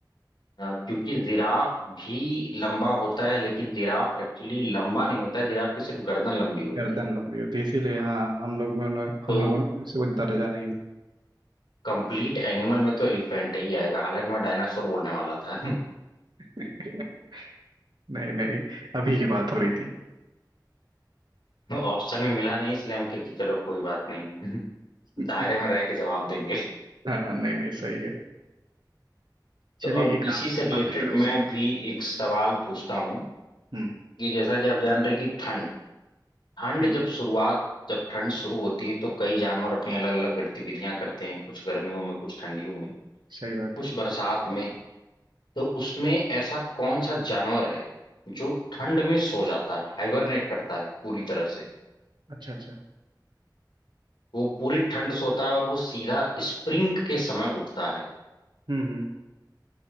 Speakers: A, on the left (about 75°); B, on the right (about 70°).
A: अ, क्योंकि जिराफ भी लंबा होता है लेकिन जिराफ एक्चुअली लंबा नहीं होता है जिराफ की सिर्फ गर्दन लंबी होती
B: गर्दन
A: है
B: लंबी होती है इसीलिए हाँ हम लोग में उन्होंने हम
A: तो
B: लोगों ने उसे वो दर्जा नहीं
A: कंप्लीट एनिमल में तो एलिफेंट ही आएगा हालांकि मैं डायनासोर बोलने वाला था <laughs>
B: दिया <laughs> नहीं नहीं अभी की बात हो रही थी
A: ऑप्शन में मिला नहीं इसलिए हम कहे कि चलो कोई बात नहीं <laughs>
B: <laughs>
A: दायरे में रह के जवाब देंगे
B: हाँ नहीं नहीं सही है
A: तो
B: चलिए
A: अब
B: एक
A: इसी
B: आप
A: से रिलेटेड
B: आपकी तरफ
A: मैं
B: से
A: भी एक सवाल पूछता हूँ
B: हम्म
A: कि जैसा कि आप जान रहे हैं कि ठंड ठंड
B: ठीक
A: जब
B: है
A: शुरुआत जब ठंड शुरू होती है तो कई जानवर अपनी अलग अलग गतिविधियां करते हैं कुछ गर्मियों में कुछ ठंडियों में
B: सही बात
A: कुछ
B: है
A: बरसात में तो उसमें ऐसा कौन सा जानवर है जो ठंड में सो जाता है हाइबरनेट करता है पूरी तरह से
B: अच्छा अच्छा
A: वो पूरी ठंड सोता है और वो सीधा स्प्रिंग के समय उठता है
B: हम्म हम्म,